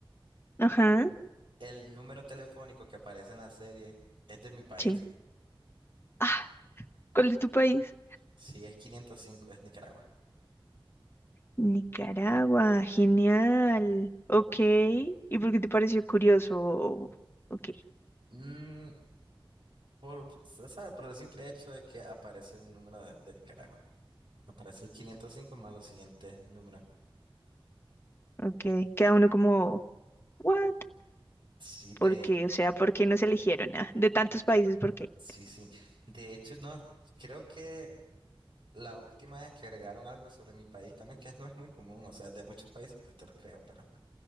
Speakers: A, on the left; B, on the right.
A: Ajá,
B: el número telefónico que aparece en la serie es de mi país,
A: sí Ah, ¿cuál es tu país?
B: sí es 505, es Nicaragua.
A: Nicaragua, genial. Ok. ¿Y por qué te pareció curioso? Ok,
B: Mm, por, se sabe, por el simple hecho de que aparece un número de de Nicaragua. Aparece el 505 más los siguientes números.
A: ok. Queda uno como, ¿what?
B: Sí, de,
A: ¿Por qué? O sea, ¿por qué nos eligieron? ah? De tantos países, ¿por qué?
B: sí, sí. De hecho, no, creo que la última vez que agregaron algo sobre mi país también, que no es muy común, o sea, de muchos países, pues te lo creo, pero